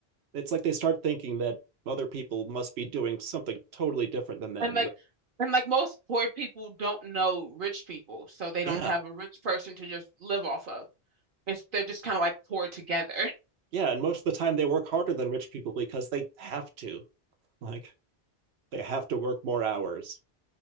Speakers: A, on the right; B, on the right.
A: it's like they start thinking that other people must be doing something totally different than them.
B: And like
A: And
B: and like most poor people don't know rich people, so they
A: yeah,
B: don't have a rich person to just live off of. It's they're just kind of like poor together.
A: yeah. And most of the time they work harder than rich people because they have to. Like they have to work more hours.